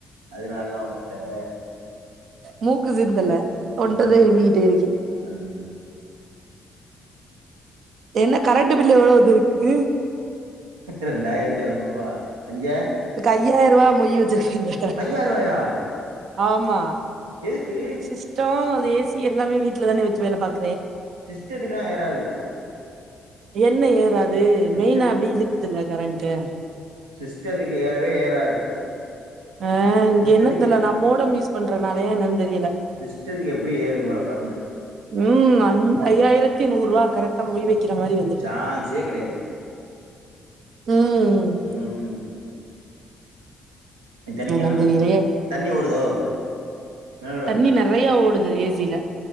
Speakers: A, on the right (about 80°); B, on the right (about 60°).
A: அதனாலதா ஒண்ணே ஆ
B: மூக்கு சிந்தல தொண்டத
A: ம்
B: இரும்பிக்கிட்டே இருக்கே
A: ஆ
B: என்ன கரண்ட் பில் எவ்ளோ வந்துருக்கு
A: ரெண்டாயிரத்தி எழுநூறு ரூபா அங்க
B: ஐயாயிரரூபா மொய்யி வச்சிருக் இங்க
A: ஐயாயிரம் ரூபாயா
B: ஆமா
A: எதுக்கு
B: சிஸ்டம் அதே ஏ சி எல்லாமே வீட்ல தான வச்சி வேல பாக்
A: சிஸ்டத்துக்கெல்லா ஏறாது
B: என்ன ஏறாது து
A: சிஸ்டர்
B: மெயினா அப்டியே இழுக்குதுல கரண்ட்டு
A: சிஸ்டத்துக்கு ஏறவே ஏறாது
B: ஆ இங்க
A: சிஸ்டத்துக்கு
B: என்னதல்ல
A: எப்
B: நம்மோட மிஸ் போன்றனாலே என்னனு தெரியல
A: சிஸ்டத்துக்கு எப்படி ஏறும் இவ்வளவு கரண்ட்
B: ம் அஞ் ஐயாயிரத்தி நூறு ரூவா கரெக்ட் த மொய் வெய் கக்கிற மாதிரி வந்திருக்கு
A: சான்ஸே கிடையாது
B: ம்
A: ம் இத்தனைக்கு
B: என்னன்னு தெரியலையே
A: தண்ணி ஓடுதோ மினரல் வாட்டர்
B: தண்ணி நிறையா ஓடுது அதா ஏசில